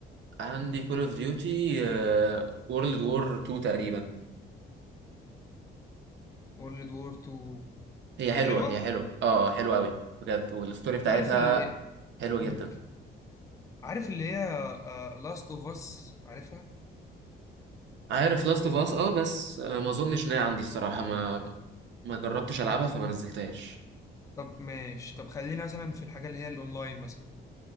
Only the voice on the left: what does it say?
وورلد وور 2
دي حلوة
عارف اللي
مم.
عارف اللي هي لاست اوف اس عارفها
طب ماشي طب خلينا مثلا في الحاجة اللي هي الاونلاين مثلا